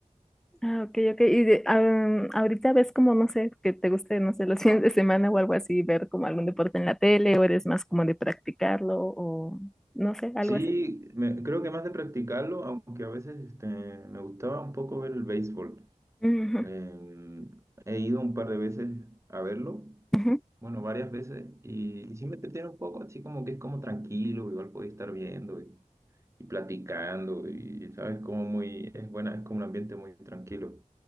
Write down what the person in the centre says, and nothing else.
Ah, ok, ok. Y de- am, ahorita ves como, no sé, que te guste, no sé, los <laughs> fines de semana o algo así, ver como algún deporte en la tele, o eres más como de practicarlo, o no sé, algo
así.
Ujú,
ujú.